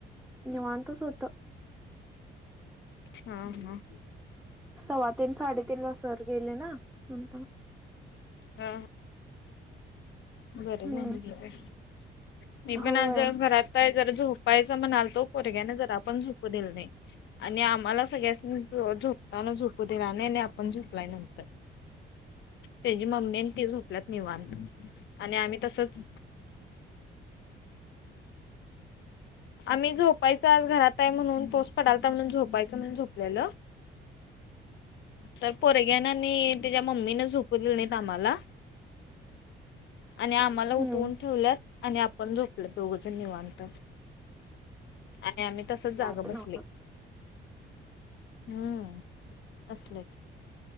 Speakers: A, in the centre; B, on the left.
A: निवतच होत
B: हा हा
A: सव्वातीन साडेतीन ला सर गेले ना न
B: अ बरं
A: हम्म
B: झागलं मी पण
A: होय
B: आज घरात जर झोपायच म्हणालतो पोरग्याने जर पण झ ल नाही आणि आम्हाला सगळ्या झुपताना झोपू दिला नाही नाही आणि आपण झुपलाय नंतर त्याची मम्मी आणि ते झोपल्यात निवान आणि आम्ही तसच आम्ही झोपायच आज घरात आहे म्हणून पोस पडालता म्हणून झोपायच म्हणून झोपलेलं तर पोरग्याना आणि त्याच्या मम्मीन झोपू नाही दिलं तमा्हाला आणि आम्हाला
A: हम्म
B: उठवून ठेवल्यात आणि आपण झोपल दोघ जण निवांत आणि आम्ही तसच
A: काय
B: जागा बसलोय
A: नव्हच.
B: हम्म असलेच